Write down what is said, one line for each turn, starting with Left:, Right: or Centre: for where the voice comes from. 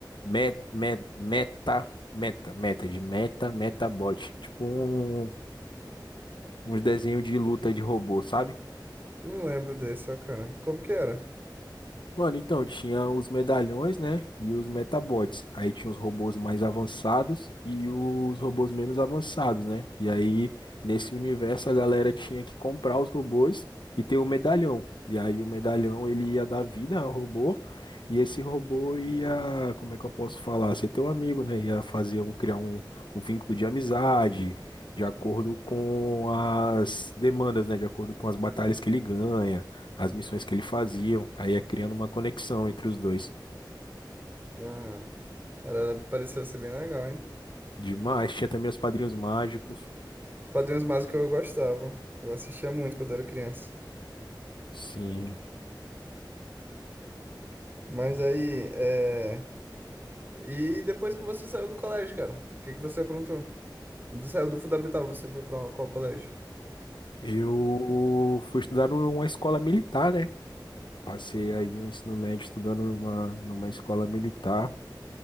Left: Met, met, meta, meta, meta, de meta, metabot. Tipo um, uns desenhos de luta de robô, sabe?
Right: Não lembro desse, ó, cara. Como que era?
Left: Mano, então tinha os medalhões, né? E os metabots. Aí tinha os robôs mais avançados e os robôs menos avançados, né? E aí, nesse universo, a galera tinha que comprar os robôs e ter o medalhão. E aí, o medalhão ele ia dar vida ao robô. E esse robô ia, como é que eu posso falar? Ser teu amigo, né? Ia fazer um, criar um, um vínculo de amizade, de acordo com as demandas, né? De acordo com as batalhas que ele ganha as missões que ele fazia, aí ia criando uma conexão entre os dois.
Right: Ah, era, pareceu ser bem legal, hein?
Left: Demais, tinha também os padrinhos mágicos.
Right: Os Padrinhos Mágicos eu gostava. Eu assistia muito quando era criança.
Left: Sim,
Right: Mas aí, é... E depois que você saiu do colégio, cara? O que que você aprontou? Do- Saiu do fundamental, você foi pra qual colégio?
Left: eu fui estudar numa escola militar, né? Passei aí o ensino médio estudando numa, numa escola militar.